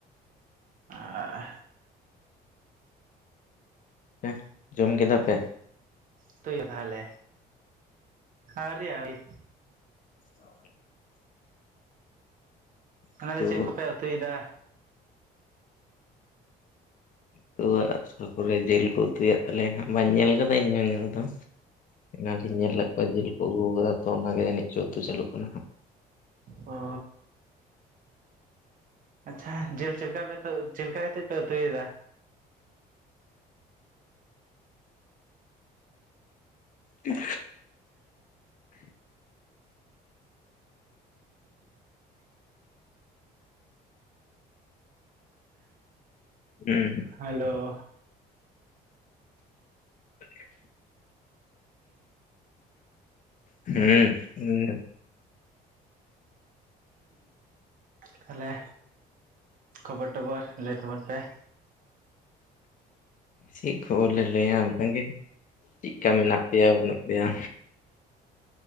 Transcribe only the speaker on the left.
ᱦᱮᱸ ᱡᱚᱢ ᱠᱮᱫᱟ ᱯᱮ
<inaudible>
ᱩᱛᱩ
ᱠᱩᱣᱟᱜ ᱥᱩᱠᱨᱤ ᱡᱤᱞ ᱠᱩ ᱩᱛᱩᱭᱮᱫ ᱛᱟᱞᱮᱭᱟ ᱦᱟᱸᱜ ᱵᱟᱹᱧ ᱧᱮᱞ ᱠᱟᱫᱟ ᱤᱧ ᱦᱚᱸ ᱧᱮᱞ ᱫᱚ ᱚᱱᱟᱜᱤᱧ ᱧᱮᱞ ᱞᱮᱫ ᱠᱚᱣᱟ ᱡᱤᱞ ᱠᱚ ᱟᱹᱜᱩᱣ ᱠᱟᱫᱟ ᱛᱚ ᱚᱱᱟᱜᱮ ᱡᱟᱹᱱᱤᱡ ᱪᱚ ᱩᱛᱩ ᱪᱟᱹᱞᱩᱜ ᱠᱟᱱᱟ ᱦᱟᱸᱜ
ᱩᱸ ᱦᱩᱸ
<inaudible> ᱦᱩᱸ ᱩᱸᱜ
ᱪᱮᱜ ᱠᱷᱚᱵᱚᱨ ᱞᱮ ᱞᱟᱹᱭᱟ ᱚᱱᱟᱜᱮ ᱪᱮᱫᱠᱟ ᱢᱮᱱᱟᱜ ᱯᱮᱭᱟ ᱵᱟᱹᱱᱩᱜ ᱯᱮᱭᱟ?